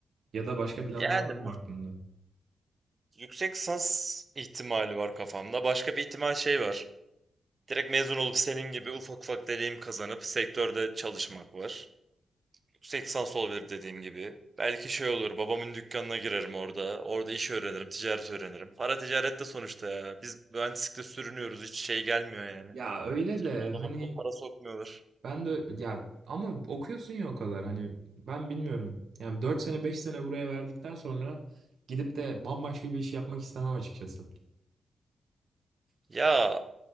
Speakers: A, on the right (about 65°); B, on the right (about 30°).
A: Ya da başka planlar
B: Yani
A: var
B: mu-
A: mı aklında?
B: yüksek lisans ihtimali var kafamda. Başka bir ihtimal şey var. Direkt mezun olup senin gibi ufak ufak deneyim kazanıp sektörde çalışmak var. Yüksek lisans olabilir dediğim gibi. Belki şey olur, babamın dükkanına girerim orada. Orada iş öğrenirim, ticaret öğrenirim. Para ticarette sonuçta ya. Biz mühendislikle sürünüyoruz, hiç şey gelmiyor yani.
A: Ya öyle
B: Cebine
A: de
B: adam
A: hani
B: akıllı para sokmuyorlar.
A: ben de ya ama okuyorsun ya o kadar hani ben bilmiyorum. Yani 4 sene 5 sene buraya verdikten sonra gidip de bambaşka bir iş yapmak istemem açıkçası.
B: Ya